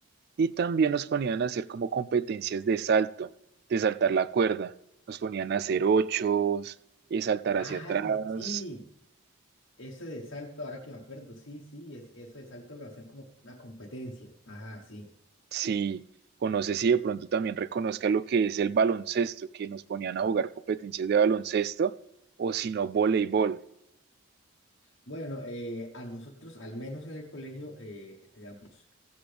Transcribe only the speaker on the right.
Y también nos ponían a hacer como competencias de salto, de saltar la cuerda. Nos ponían a hacer ochos, eh, saltar
hacia atrás.
Sí, o no sé si de pronto también reconozca lo que es el baloncesto, que nos ponían a jugar competencias de baloncesto, o si no, voleibol.